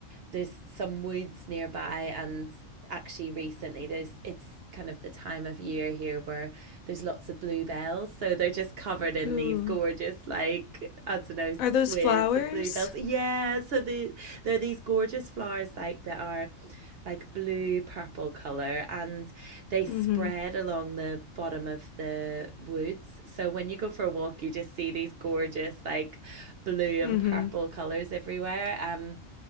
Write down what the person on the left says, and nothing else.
Ooh.
Are those
flowers?
Mm-hmm.
Mm-hmm.